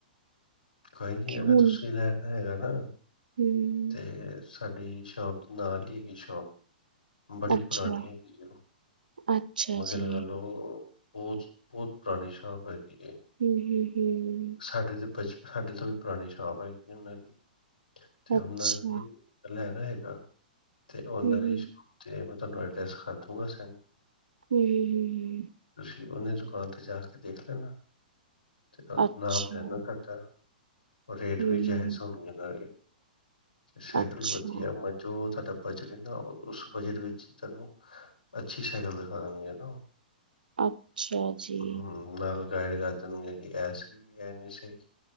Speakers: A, on the left; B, on the right.
A: ਕੋਈ ਨਹੀਂ
B: ਕਿ
A: ਅਗਰ
B: ਹੁਣ
A: ਤੁਸੀਂ ਲੈਨਾ ਹੈਗਾ ਨਾ
B: ਹੂੰ
A: ਤੇਜ਼ ਸਾਡੀ ਸ਼ੋਪ ਦੇ ਨਾਲ ਹੀ ਹੈਗੀ ਸ਼ੋਪ ਬੜੀ
B: ਅੱਛਾ
A: ਪੁਰਾਨੀ ਹੈਗੀ ਉਹ
B: ਅੱਛਾ
A: ਮਗਰ
B: ਜੀ
A: ਲੱਲਓ ਬਹੁਤ ਬਹੁਤ ਪੁਰਾਣੀ ਛਾਂਪ ਹੈਗੀ। ਏ।
B: ਹੂੰ ਹੂੰ। ਹੂੰ
A: ਸਾਡੇ ਤੇ ਬਚ ਸਾਡੇ ਤੋਂ ਵੀ ਪੁਰਾਣੀ ਸ਼ਾਪ ਹੈਗੀ ਉਹਨਾਂ ਦੀ ਤੇ ਉਹਨਾਂ
B: ਅੱਛਾ
A: ਦੀ ਲੈਣ ਰਹੇਗਾ। ਤੇ ਉਹ
B: ਹੂੰ
A: ਨਰੇਸ਼
B: ਹੂੰ
A: ਗੁਪਤੀ ਤੁਹਾਨੂੰ ਐਡਰੈਸ ਕਰ ਦੂੰਗਾ ਸੈਂਡ
B: ਹੂੰ ਹੂੰ ਹੂੰ।
A: ਅਤੇ ਉਹਨਾਂ ਦੀ ਦੁਕਾਨ ਤੇ ਜਾ ਕੇ ਦੇਖ ਲੈਨਾ। ਤੇ
B: ਅੱਛਾ
A: ਨਾਪ ਦੇਣਾ ਖਟਾ ਰੇਟ
B: ਹੂੰ
A: ਵੀ ਜਹਿਜ਼
B: ਹੂੰ
A: ਸੁਣਏਗਾ ਇਹ ਸਾਇਕਲ
B: ਅੱਛਾ
A: ਵੀ ਬਚੀ ਆ ਮ ਜੋ ਤੁਡਾ ਬਜਟ ਹੈ ਨਾ ਉਸ ਬਜਟ ਵਿੱਚ ਤੈਨੂੰ ਅੱਛੀ ਸਾਈਕਲ ਦਿਖਾ ਦੇਣਗੇ ਨਾ
B: ਅੱਛਾ ਜੀ
A: ਹੂੰ ਨਾਲ ਗਾਈਡ ਗ ਤੈਨੂੰ ਦੇ ਵੀ ਐਸ ਹੈ ਨਹੀਂ ਸਹੀ।